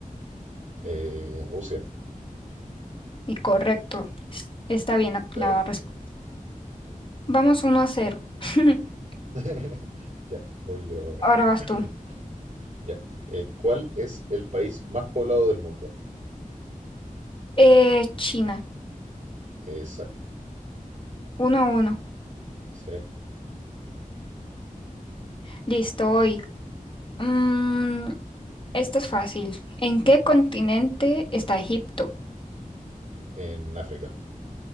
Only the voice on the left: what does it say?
Y correcto, es- está bien la,
la
respuesta. Vamos uno a cero. <laughs>
Ahora vas
tú.
Eh, China,
Uno a uno.
Listo, hoy. Mm, esto es fácil. ¿En qué continente está Egipto?